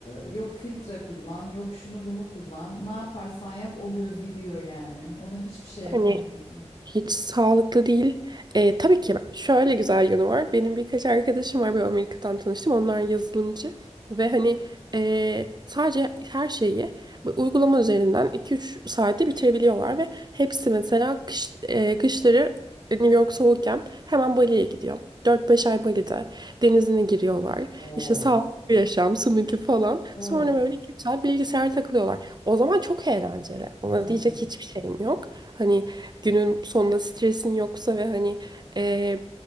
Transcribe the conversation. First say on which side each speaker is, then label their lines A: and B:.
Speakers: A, on the left; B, on the right.
A: e, yok filtre kullan yok şunu bunu kullan ne yaparsan yap o göz gidiyor yani ona hiçbir şey yapamıyorsun.
B: Hani Hiç sağlıklı değil. Ee, tabii ki ben- şöyle güzel yanı var. Benim birkaç arkadaşım var. Böyle Amerika'dan tanıştım. Onlar yazılımcı. Ve hani ee, sadece her şeyi bu uygulama üzerinden 2-3 saatte bitirebiliyorlar. Ve hepsi mesela kış, ee, kışları New York soğukken hemen Bali'ye gidiyor. 4-5 ay Bali'de denizine giriyorlar.
A: Of.
B: İşte sağlıklı bir yaşam, smoothie falan.
A: Of.
B: Sonra böyle 2 saat bilgisayar takılıyorlar. O zaman çok eğlenceli. Ona
A: E tabii.
B: diyecek hiçbir şeyim yok. Hani günün sonunda stresin yoksa ve hani eee,